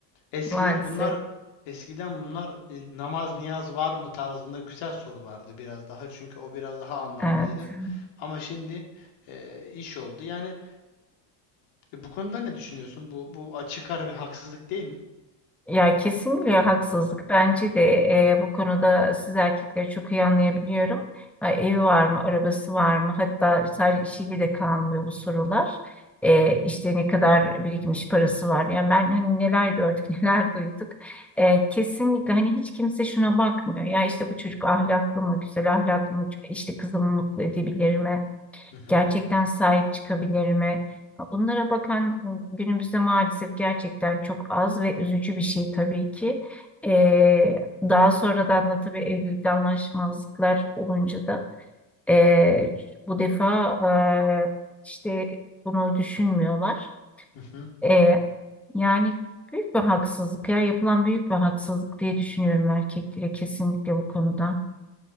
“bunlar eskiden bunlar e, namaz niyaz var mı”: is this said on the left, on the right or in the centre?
Left